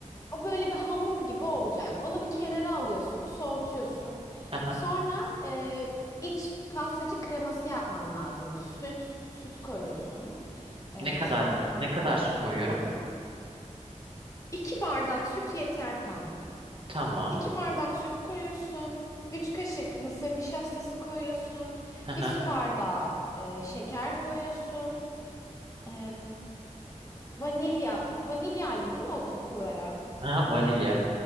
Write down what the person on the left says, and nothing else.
O böyle bir hamur gibi olacak. Onu bir kenara alıyorsun, soğutuyorsun.
Sonra e, iç pastacı kreması yapman lazım. Süt, süt koyuyorsun. E,
sonra
iki bardak süt yeter kanka.
İki bardak süt koyuyorsun. Üç kaşık mısır nişastası koyuyorsun.
Bir
su bardağı e, şeker koyuyorsun. E, vanilya, vanilyaydı değil mi o koku veren?